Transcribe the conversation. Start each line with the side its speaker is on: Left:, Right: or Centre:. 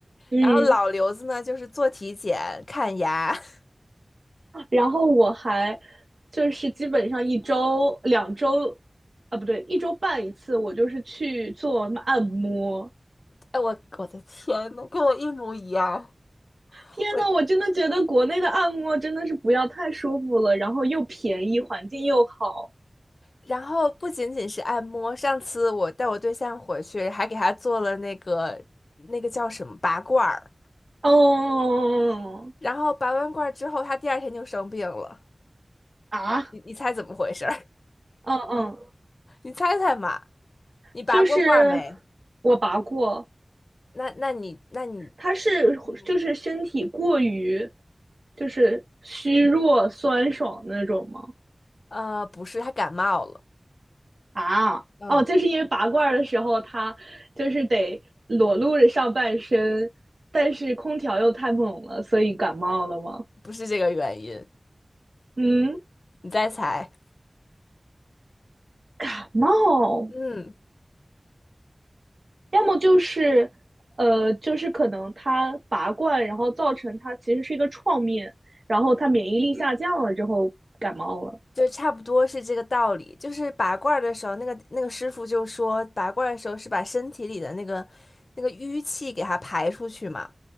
Right: 嗯，
Left: 然后老刘子呢，就是做体检、看牙。<laughs>
Right: 然后我还就是基本上一周、两周，啊不对，一周半一次，我就是去做按摩。
Left: 哎，我我的天呐，跟我一模一样。
Right: 天呐，
Left: 我
Right: 我真的觉得国内的按摩真的是不要太舒服了，然后又便宜，环境又好。
Left: 然后不仅仅是按摩，上次我带我对象回去，还给他做了那个那个叫什么拔罐儿。
Right: 哦
Left: 然后拔完罐儿之后，他第二天就生病了。
Right: 啊，
Left: 你你猜怎么回事儿？
Right: 嗯嗯，
Left: <laughs> 你猜猜嘛？你拔过罐儿没？
Right: 就是我拔过，
Left: 那那你那你
Right: 他是就是身体过于
Left: 嗯
Right: 就是虚弱酸爽的那种吗？
Left: 呃，不是，他感冒了。
Right: 啊，
Left: 嗯，
Right: 哦，就是因为拔罐的时候他就是得裸露着上半身，但是空调又太猛了，所以感冒了吗？
Left: 不是这个原因。
Right: 嗯，
Left: 你再猜。
Right: 感冒，
Left: 嗯。
Right: 要么就是呃，就是可能他拔罐，然后造成他其实是一个创面，然后他免疫力下降了之后感冒了。
Left: 就差不多是这个道理。就是拔罐儿的时候，那个那个师傅就说，拔罐儿的时候是把身体里的那个那个淤气给它排出去嘛，